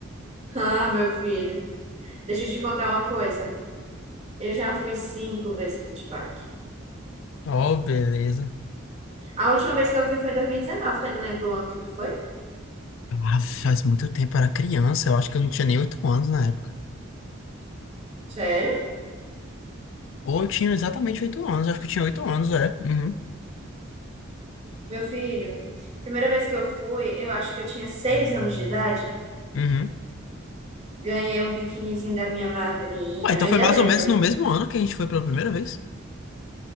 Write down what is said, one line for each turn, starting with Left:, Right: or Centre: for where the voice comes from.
Right: Ah, meu filho, deixa eu te contar uma coisa. Eu já fui cinco vezes pro Beach Park.
Left: Oh, beleza.
Right: A última vez que eu fui foi em 2019. Tu ainda lembra o ano que tu foi?
Left: Ah, faz muito tempo, eu era criança. Eu acho que eu não tinha nem oito anos na época.
Right: Sério?
Left: Ou eu tinha exatamente oito anos. Acho que eu tinha oito anos, é. Uhum.
Right: Meu filho, primeira vez que eu fui, eu acho que eu tinha seis anos de idade.
Left: Uhum.
Right: Ganhei um biquinizinho da minha madrinha.
Left: Ué, então
Right: Eu ainda
Left: foi mais
Right: lembro.
Left: ou menos no mesmo ano que a gente foi pela primeira vez.